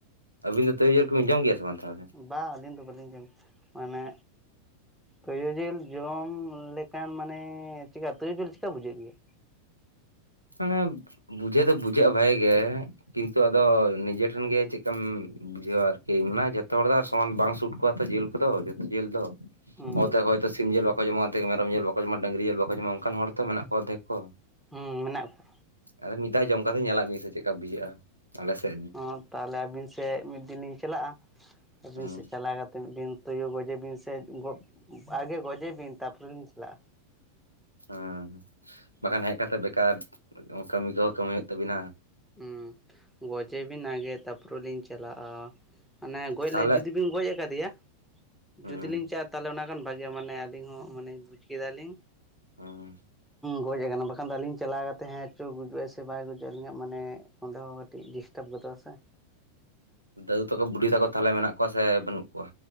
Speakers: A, on the right (about 80°); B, in the centre.
A: ᱟᱹᱵᱤᱱ ᱫᱚ ᱛᱳᱭᱳ ᱡᱤᱞ ᱠᱚᱵᱤᱱ ᱡᱚᱢ ᱜᱮᱭᱟ ᱥᱮ ᱵᱟᱝ ᱛᱟᱦᱚᱞᱮ?
B: ᱵᱟ ᱟᱹᱞᱤᱧ ᱫᱚ ᱵᱟᱹᱞᱤᱧ ᱡᱚᱢ ᱢᱟᱱᱮ ᱛᱩᱭᱩ ᱡᱤᱞ ᱡᱚᱢ ᱞᱮᱠᱷᱟᱱ ᱢᱟᱱᱮ ᱪᱮᱠᱟ ᱛᱩᱭᱩᱡᱤᱞ ᱪᱮᱠᱟ ᱵᱩᱡᱷᱟᱹᱜ ᱜᱮᱭᱟ?
A: ᱢᱟᱱᱮ ᱵᱩᱡᱷᱟᱹᱣ ᱫᱚ ᱵᱩᱡᱷᱟᱹᱣᱼᱟ, ᱵᱷᱟᱜᱮ ᱜᱮ ᱠᱤᱱᱛᱩ ᱟᱫᱚ ᱱᱤᱡᱮᱴᱷᱮᱱ ᱜᱮ ᱪᱮᱫᱠᱟᱢ ᱵᱩᱡᱷᱟᱹᱣᱟ ᱟᱨᱠᱤ ᱢᱟᱱᱮ ᱡᱚᱛᱚ ᱦᱚᱲ ᱫᱚ ᱥᱚᱢᱟᱱ ᱵᱟᱝ ᱥᱩᱴ ᱠᱚᱣᱟ ᱛᱚ ᱡᱮᱞ ᱠᱚᱫᱚ ᱡᱚᱛᱚ ᱡᱮᱞ ᱫᱚ᱾
B: ᱦᱮᱸ
A: ᱚᱫᱷᱮᱠ ᱦᱚᱭᱛᱚ ᱥᱤᱢ ᱡᱮᱞ ᱵᱟᱠᱚ ᱡᱚᱢᱟ ᱟᱫᱷᱠ ᱢᱮᱨᱚᱢ ᱡᱮᱞ ᱵᱟᱠ ᱡᱚᱢᱟ ᱰᱩᱝᱨᱤ ᱡᱮᱞ ᱵᱟᱠᱚ ᱡᱚᱢᱟ ᱚᱱᱟᱱ ᱦᱚᱲᱛᱚ ᱢᱮᱱᱟᱜ ᱠᱚ ᱟᱫᱷᱮᱠ ᱠᱚ᱾
B: ᱦᱩᱸ ᱢᱮᱱᱟᱜ ᱠᱚᱣᱟ
A: ᱟᱫᱚ ᱢᱤᱫ ᱫᱷᱟᱣ ᱡᱚᱢ ᱠᱟᱛᱮ ᱧᱮᱞᱟᱫ ᱵᱤᱱ ᱥᱮ ᱪᱮᱫ ᱞᱮᱠᱟ ᱵᱩᱡᱷᱟᱹᱜᱼᱟ᱾ ᱟᱞᱮ ᱥᱮ
B: ᱚ ᱛᱟᱦᱚᱞᱮ ᱟᱹᱵᱤᱱ ᱥᱮᱫ ᱢᱤᱫ ᱫᱤᱱ ᱞᱤᱧ ᱪᱟᱞᱟᱜᱼᱟ ᱟᱹᱵᱤᱱ
A: ᱦᱩᱸ
B: ᱥᱮᱫ ᱪᱟᱞᱟᱣ ᱠᱟᱛᱮ ᱛᱚ ᱢᱤᱫ ᱫᱤᱱ ᱛᱳᱭᱩ ᱜᱚᱡᱮ ᱵᱤᱱ ᱥᱮ, ᱟᱜᱮ ᱜᱚᱡᱮ ᱵᱤᱱ ᱛᱟᱯᱚᱨᱮᱞᱤᱧ ᱪᱟᱞᱟᱜᱼᱟ᱾
A: ᱦᱮ, ᱵᱟᱠᱷᱟᱱ ᱦᱮᱡ ᱠᱟᱛᱮ ᱵᱮᱠᱟᱨ ᱠᱟᱹᱢᱤ ᱠᱚᱦᱚᱸ ᱠᱟᱢᱟᱹᱭ ᱛᱟᱵᱤᱱᱟ᱾
B: ᱦᱩᱸ ᱜᱚᱡᱮ ᱵᱤᱱ ᱟᱜᱮ ᱛᱟᱯᱚᱨ ᱞᱤᱧ ᱪᱟᱞᱟᱜᱼᱟ᱾ ᱢᱟᱱᱮ ᱜᱚᱡ
A: ᱛᱟᱦᱚᱞᱮ
B: ᱞᱮ ᱡᱩᱫᱤ ᱜᱚᱡ ᱟᱠᱟᱫᱮᱭᱟ
A: ᱦᱩᱸ
B: ᱡᱩᱚᱫᱤ ᱞᱤᱧ ᱪᱟᱞᱟᱜᱼᱟ᱾ ᱛᱟᱦᱚᱞᱮ ᱚᱱᱟ ᱠᱷᱟᱱ ᱵᱷᱟᱜᱮᱼᱟ ᱢᱟᱱᱮ ᱟᱞᱤᱧ ᱦᱚᱸ ᱢᱟᱱᱮ ᱵᱩᱡ ᱠᱮᱫᱟᱞᱤᱧᱼᱼ
A: ᱦᱩᱻ
B: ᱜᱚᱡ ᱟᱠᱟᱱᱟ ᱵᱟᱠᱷᱟᱱ ᱟᱞᱤᱧ ᱪᱟᱞᱟᱣ ᱠᱟᱛᱮ ᱦᱮᱸ ᱪᱚ ᱜᱩᱡᱩᱜᱼᱟ ᱥᱮ ᱵᱟᱭ ᱜᱩᱡᱩᱼᱟ ᱟᱞᱤᱧᱟᱜ ᱢᱟᱱᱮ ᱚᱸᱰᱮ ᱦᱚᱸ ᱠᱟᱹᱴᱤᱡ ᱰᱤᱥᱴᱟᱯ ᱜᱚᱫᱚᱜ ᱟ ᱥᱮ᱾
A: ᱫᱟᱹᱫᱩ ᱛᱟᱠᱚ ᱵᱩᱰᱷᱤ ᱛᱟᱠᱚ ᱛᱟᱦᱞᱮ ᱢᱮᱱᱟᱜ ᱠᱚᱣᱟ ᱥᱮ ᱵᱟᱹᱱᱩᱜ ᱠᱚᱣᱟ?